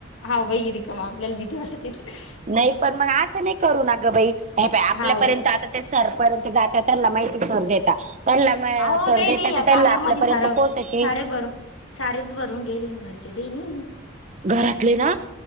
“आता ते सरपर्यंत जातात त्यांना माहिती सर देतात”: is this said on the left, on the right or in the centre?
Right